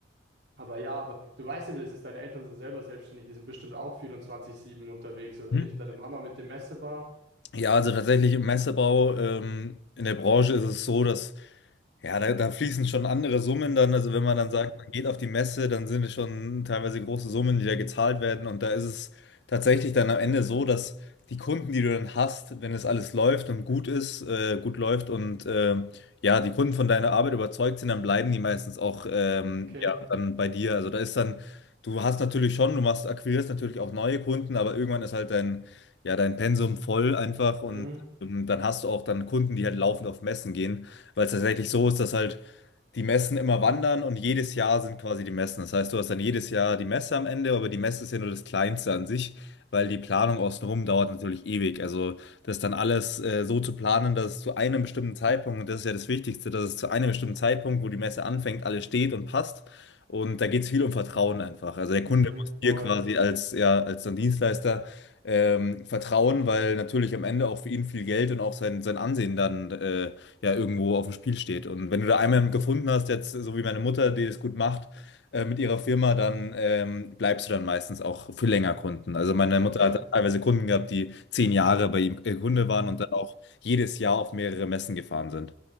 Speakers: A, on the right; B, on the left.
A: Aber ja, aber du weißt ja, wie das ist. Deine Eltern sind selber selbstständig, die sind bestimmt auch vierundzwanzig sieben unterwegs, oder
B: Mhm.
A: nicht? Deine Mama mit dem Messebar?
B: Ja, also tatsächlich im Messebau, ähm, in der Branche ist es so, dass ja, da, da fließen schon andere Summen dann. Also wenn man
A: Mhm.
B: dann sagt, man geht auf die Messe, dann sind es schon teilweise große Summen, die da gezahlt werden. Und da ist es tatsächlich dann am Ende so, dass die Kunden, die du dann hast, wenn es alles läuft und gut ist, äh, gut läuft und äh, ja, die Kunden von deiner Arbeit überzeugt sind, dann bleiben die meistens auch ähm,
A: Okay.
B: ja, dann bei dir. Also da ist dann, du hast natürlich schon, du machst, akquirierst natürlich auch neue Kunden, aber irgendwann ist halt dein ja, dein Pensum voll einfach und
A: Mhm.
B: ähm, dann hast du auch dann Kunden, die halt laufend auf Messen gehen, weil es tatsächlich so ist, dass halt die Messen immer wandern und jedes Jahr sind quasi die Messen. Das heißt, du hast dann jedes Jahr die Messe am Ende, aber die Messe ist ja nur das Kleinste an sich, weil die Planung außenrum dauert natürlich ewig. Also das dann alles äh, so zu planen, dass es zu einem bestimmten Zeitpunkt, und das ist ja das Wichtigste, dass es zu einem bestimmten Zeitpunkt, wo die Messe anfängt, alles steht und passt. Und da geht es viel um Vertrauen einfach. Also der Kunde
A: Mhm.
B: muss dir
A: Voll.
B: quasi als, ja, als dann Dienstleister ähm, vertrauen, weil natürlich am Ende auch für ihn viel Geld und auch sein, sein Ansehen dann äh, ja irgendwo auf dem Spiel steht. Und wenn du da einmal gefunden hast, jetzt so wie meine Mutter, die das gut macht, äh, mit ihrer Firma, dann ähm, bleibst du dann meistens auch für länger Kunden. Also meine
A: Okay.
B: Mutter hat teilweise Kunden gehabt, die zehn Jahre bei ihm äh, Kunde waren und dann auch jedes Jahr auf mehrere Messen gefahren sind.